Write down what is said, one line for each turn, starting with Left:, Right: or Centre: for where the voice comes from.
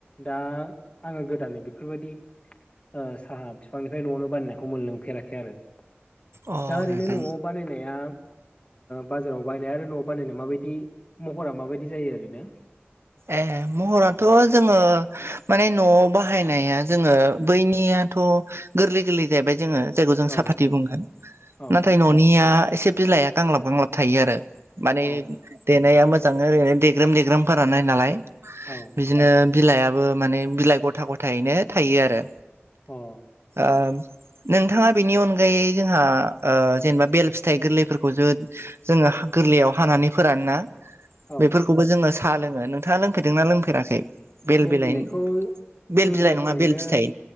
Left: दा आङो गोदानै बेफोरबायदि साहा बिफांनिफ्राय न'आवनो बाननायखौ मोनलोंफेराखै आरो
Right: अ
Left: दा ओरैनो
Right: नोंथां
Left: न'आव बानायनाया बाजाराव बायनाय आरो न'आव बानायनाय माबायदि महरा माबायदि जायो ओरैनो
Right: ए महराथ' जोङो माने न'आव बाहायनाया जोङो बैनियाथ' गोरलै गोरलै जाहैबाय जोङो बिायखौ जों
Left: औ
Right: साफातथि बुङो
Left: औ
Right: नाथाय न'निया एसे बिलाइआ गांलाब गांलाब थायो आरो माने
Left: औ
Right: देनाया मोजां ओरैनो देग्रोम देग्रोमफोर नाय नालाय
Left: अ
Right: बिदिनो बिलाइायाबो माने बिलाइ गथा गथायैनो थायो आरो
Left: औ
Right: ओ नोंथाङा बेनि अनगायै जोंहा ओ जेनेबा बेल फिथाइ गोरलैफोरखौ जो जोङो गोरलैयाव हानानै फोरान ना
Left: औ
Right: बेफोरखौबो जोङो साहा लोङो। नोंथाङा लोंफेरदोंना लोंफेराखै? बेल
Left: बेहेल
Right: बिलाइनि
Left: बिलाइखौ
Right: बेल
Left: जोङो
Right: बिलाइ
Left: गोथाङैनो
Right: नङा बेल फिथाइ